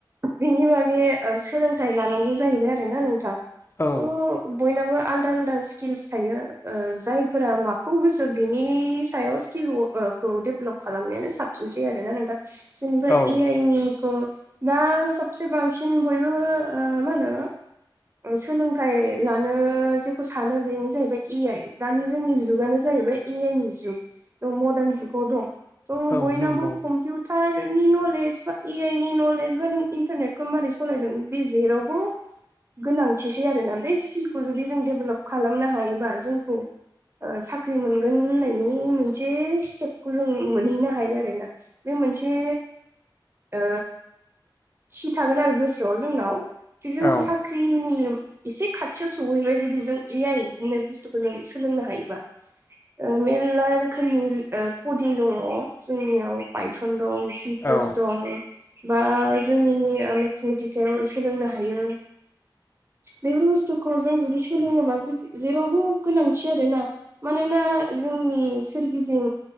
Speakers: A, on the right; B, on the left.
A: बिनि बागै ओ सोलोंथाइ लानांगौ जाहैबाय आरोना नोंथां।
B: औ।
A: थ' बयनाबो आलदा आलदा स्किल्स थायो ओ जायफोरा माखौ गोसो बिनि सायाव स्टिल्स। खौ डेभेलप खालामनायानो साबसिनसै आरोना नोंथां। जेनेबा
B: औ
A: ए आइनि खौ दा सबसे बांसिन बयबो ओ मा होनो। सोलोंथाइ लानो जेखौ सानो बेनो जाहैबाय ए आइ दानि जोंनि जुगानो जाहैबाय। ए आइ नि जुग मदार्न जुगाव दं थ'
B: औ
A: बयनाबो
B: नंगौ
A: कम्पिउट थारनि नलेज बा ए आइ नि नलेज बा नों इन्टारनेटखौ माबारै सालायदों बे जेरावबो। गोनांथिसै आरोना बे स्किल्सखौ जुदि जों डेभेलप खालामनो हायोबा जोंखौ। साख्रि मोनगोन होननायनि मोनसे स्टेपखौ जों मोनहैनो हायो आरोना। बे मोनसे। ओ। थि थागोन आरो गोसोआव जोंनाव खि जों
B: औ
A: साख्रिनि। एसे खाथियाव सहैबाय जुदि जों एआइ होननाय बुस्थुखौ जों सोलोंनो हायोबा। ओ मेल्ला रोखोमनि ओ कदिं दङ जोंनियाव बायथन दं।
B: औ
A: दं बा जोंनि मेथामेटिकायाव सोलोंनो हायो बेफोर बुस्थुखौ जों जुदि सोलोङोबा जेरावबो गोनांथि आरोना मानोना जोंनि सोरगिदिं